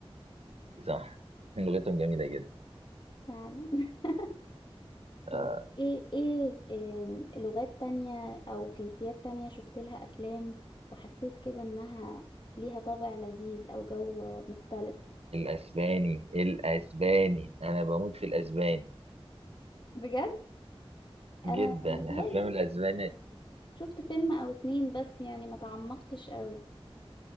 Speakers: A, on the right; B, on the left.
A: صح <laughs> لغتهم جميله جدا
B: فعلا <laughs> طب
A: آه.
B: ايه ايه آم، لغات تانية او جنسيات تانية شفت لها افلام وحسيت كده انها ليها طابع لذيذ او جو مختلف
A: الاسباني الاسباني انا بموت في الاسباني
B: بجد
A: جدا
B: انا متهيألي
A: <laughs> افلام
B: شفت
A: الاسباني
B: شفت فيلم او اتنين بس يعني ما تعمقتش قوي